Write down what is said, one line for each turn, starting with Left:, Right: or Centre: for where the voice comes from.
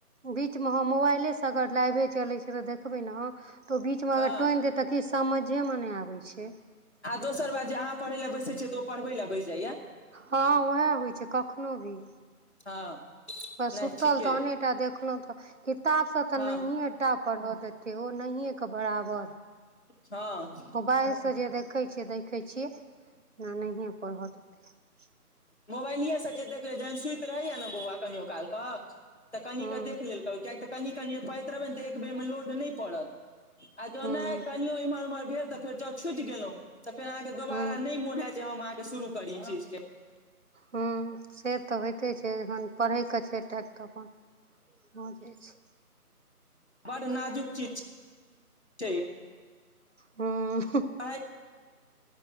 Right: मतलब। बीचमे मोबाइलसँ अगर लाइव चलैत छै तऽ देखबे ने, तऽ ओ बीचमे
Left: हँ
Right: अगर टोकि देत। तऽ किछ समझेमे नहि आबै छै
Left: आ दोसर बात जे अहाँ पढ़ लए बैसे छियै त ओ पढ़बै लए बैस जाइये
Right: हँ उएह होइ छै कखनो भी
Left: हँ
Right: बस
Left: नहि
Right: सुतल
Left: ठीके
Right: तहनेटा देखलहुँ तऽ किताब सभ तऽ
Left: हँ
Right: नहिए टा पढ़ऽ देते ओ नहिएके बराबर
Left: है
Right: मोबाइलसँ जे देखैत छी, देखैत छी, पढ़य नहि दैत अछि।
Left: मोबाइले से जे देखले जहन सुति रहैया ने बौआ कहियो काल कऽ त कनि
Right: हूँ
Left: क देख लेल करू कियाकि कनि पढैत रहबै ने तऽ एक बेर मे लोड नहि पड़त आ जँ
Right: हूँ
Left: नहि कनियो एम्हर ओम्हर भेल तऽ फेर जँ छुटि गेलहुँ तऽ फेर अहाँ के दोबारा
Right: हूँ
Left: नहि मोन होयत जे हम अहाँ के शुरू करी ई चीज के
Right: हूँ से तऽ होइते छै। जखन पढ़ैके छै टाक तऽ अपन हँ जे छै।
Left: बड नाजुक चीज छै।
Right: ह्म
Left: आय <unintelligible>